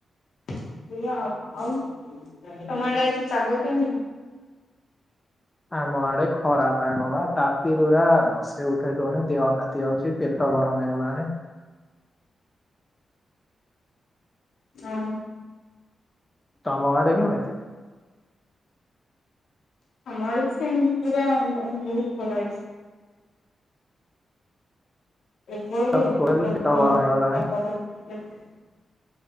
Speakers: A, on the left; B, on the left.
A: ସେଇଆ ଆଉ'। ଆଉ'ତମ, ଆଡେ଼ ଆଜି ପାଗ କେମିତି?
B: ଆମ ଆଡେ଼ ଖରା ପାଗ ବା, ତାତି ପୁରା ବସେଇ ଉଠେଇ ଦଉନି ଦେହ ତାତି ଯାଉଛି। ପେଟ ଗରମ ହେଇଗଲାଣି।
A: ହଁ।
B: ତମ ଆଡେ଼ କେମିତି?
A: ଆମ' ଆଡେ଼ ସେମିତି ପୁରା ବଢ଼ି ବହୁତ ଖରା ହେଇଛି। ଏ ବେଳରେ
B: ତାପରେ
A: ଏତେ
B: ଟୋଟାଲି
A: ପ୍ରବଳ
B: ପେଟ ଗରମ ହେଇଗଲାଣି।
A: ତାପମାତ୍ରା।